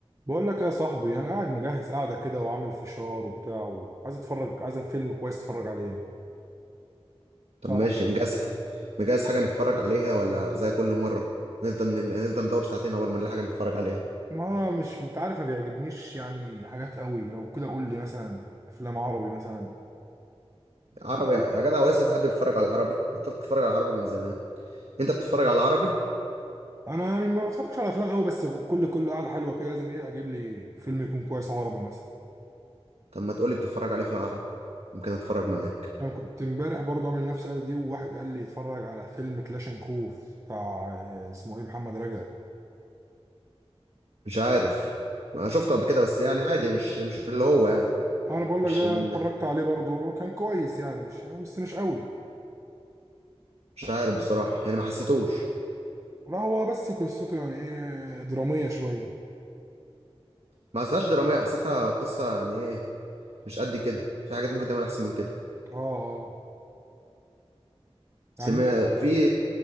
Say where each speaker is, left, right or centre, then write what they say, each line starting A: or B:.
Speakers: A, on the right (about 30°); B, on the right (about 75°).
A: بقول لك يا صاحبي انا قاعد مجهز قاعده كده وعامل فشار وبتاع وعايز اتفرج عايز فيلم كويس اتفرج عليه
B: طب
A: تعرف
B: ماشي مجهز مجهز حاجة نتفرج عليها ولا زي كل مرة نفضل نل- نفضل ندور ساعتين أول ما نلاقي حاجة نتفرج عليها
A: ما انا مش انت عارف ما بيعجبنيش يعني حاجات قوي لو كده قول لي مثلا افلام عربي مثلا تكون
B: عربي
A: كويسه
B: يا جدع هو لسه في حد بيتفرج على العربي بطلت تتفرج على العربي من زمان أنت بتتفرج على العربي
A: انا يعني ما بتفرجش على افلام قوي بس كل كل قاعده حلوه كده لازم ايه اجيب لي فيلم يكون كويس عربي مثلا
B: طب ما تقولي بتتفرج عليه في العربي ممكن أتفرج معاك
A: انا كنت امبارح برضه عامل نفس القعده دي وواحد قال لي اتفرج على فيلم كلاشنكوف بتاع آه، اسمه ايه محمد رجب
B: مش عارف ما شفته قبل كده بس يعني عادي مش مش اللي هو يعني
A: انا بقول
B: مش
A: لك ده
B: ال...
A: اتفرجت عليه برضه كان كويس يعني مش بس مش قوي
B: مش عارف بصراحة يعني ما حسيتوش
A: لا هو بس قصته يعني ايه درامية شوية
B: ما حسيتهاش درامية حسيتها قصة يعني إيه مش قد كده في حاجات ممكن تعمل أحسن من كده
A: اه اه
B: سمير
A: يعني انت
B: في